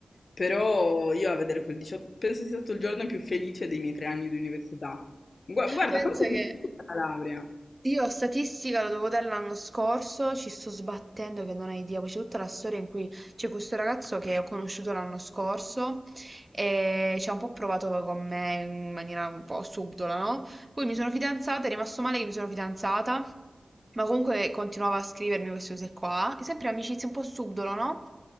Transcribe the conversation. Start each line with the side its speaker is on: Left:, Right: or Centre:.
Left: Però
Right: <laughs>
Left: io a vedere quel 18, penso sia stato il giorno più felice dei miei tre anni di università. Gua- Guarda,
Right: Pensa
Left: forse più
Right: che
Left: felice della laurea.
Right: Io statistica lo devo dare l'anno scorso, ci sto sbattendo che non hai idea, poi c'è tutta la storia in cui c'è questo ragazzo che ho conosciuto l'anno scorso e ci ha un po' provato con me in maniera un po' subdola, no? Poi mi sono fidanzata, è rimasto male che mi sono fidanzata ma comunque continuava a scrivermi queste cose qua, sempre amicizie un po' subdolo, no?